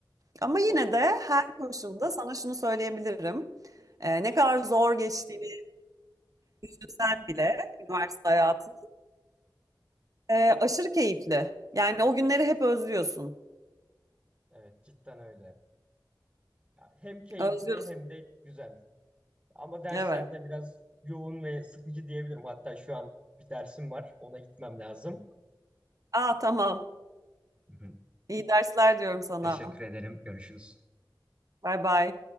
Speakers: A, on the right; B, on the right.
A: Ama yine
B: Hop.
A: de her koşulda sana şunu söyleyebilirim. E, ne kadar zor geçtiğini düşünsen bile üniversite hayatı. Ee, aşırı keyifli. Yani o günleri hep özlüyorsun.
B: Evet cidden öyle. Ya Hem keyifli
A: Özlüyorsun.
B: hem de güzel. Ama derslerde
A: Evet.
B: biraz yoğun ve sıkıcı diyebilirim. Hatta şu an bir dersim var. Ona gitmem lazım.
A: Aa tamam.
B: Hı hı.
A: İyi dersler diyorum sana.
B: Teşekkür ederim. Görüşürüz.
A: Bay bay.